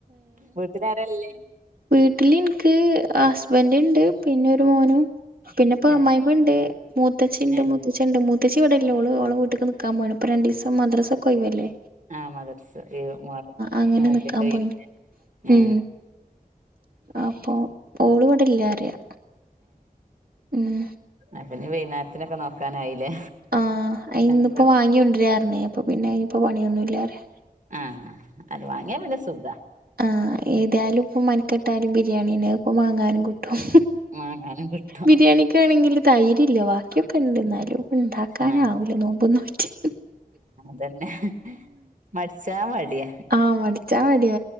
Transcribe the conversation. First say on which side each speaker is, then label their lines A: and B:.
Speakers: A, on the right (about 60°); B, on the right (about 80°).
A: വീട്ടുലാരാരല്ലേയ്
B: വീട്ടിൽ ഇനിക്ക് ഹസ്ബൻറ്ണ്ട് പിന്നെ ഒരു മോനും പിന്നെപ്പോ
A: ഏഹ്
B: അമ്മമായിമണ്ട് മുൂത്തച്ച്ചിണ്ട്
A: ഏഹ്
B: മുത്തച്ചണ്ട് മ മുത്തച്ച ഇടെല്ലോ ഓ ഓള വീട്ടക്ക്ൽക്കാ പോണ് ഇപ്പ രണ്ട്സം മദ്രസ ഒക്കെ ലേവല്ലേ
A: ആഹ് മദർസ് എ മാർ
B: അങ്ങനെ
A: നോപ്പിന്റെ
B: നിക്കാൻ പോയിണ്
A: <unintelligible> ആ
B: ഉം അപ്പൊ ഓളപടല്ല അറിയാ ഉം
A: അപ്പനി വെനാത്തിനൊക്കെ നോക്കാനായില്ലേ
B: ആഹ് അ ഇന്നിപ്പോ
A: എന്താ
B: വാങ്ങിയൊണ്ടിരാരുന്നേ അപ്പൊ പിന്നെ ഇനിയിപ്പോ പണിയൊന്നുംല്ലറിയ
A: ആഹ് അത് വാങ്ങിയാ പിന്ന സുഖ
B: ആഹ് ഏതായാലും ഇപ്പ മൽക്കെട്ടാലും ബിരിയാണീ ഇപ്പ മാാങ്ങാനും കിട്ടും
A: വാങ്ങാനും കിട്ടും
B: ബിരിയാണിക്കാണെങ്കിൽ തൈര്ല്ല ബാക്യം ഇണ്ട എന്നാലും ഇണ്ടാക്കാനാവൂല
A: ആഹ്
B: നോമ്പന്നോറ്റി
A: ന്നെ മടിച്ചാ മടിയ
B: ആഹ് മടിച്ചാ മടിയ